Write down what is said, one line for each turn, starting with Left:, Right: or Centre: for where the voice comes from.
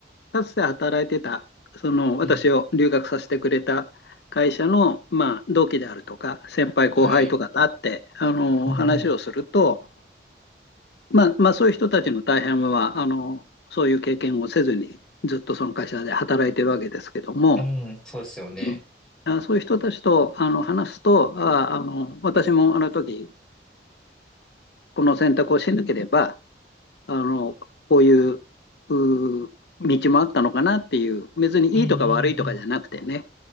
Left: かつて働いてた、その、私を留学させてくれた会社の、
Centre: うん。
Left: まあ、同期であるとか、先輩後輩とかと会って、
Centre: はい。
Left: あの、
Centre: うんう
Left: 話をすると、まあ、まあ、そういう人たちの大半は、あの、そういう経験をせずに、ずっとその会社で働いてるわけですけども、
Centre: ん、うんそうですよね。
Left: うん、あ、そういう人たちと、あの、話すと、あ、あの、私もあの時、この選択をしなければ、あの、こういう、うー道もあったのかなっていう、別にいいとか悪いとかじゃなくてね、
Centre: うん。うんうんうん。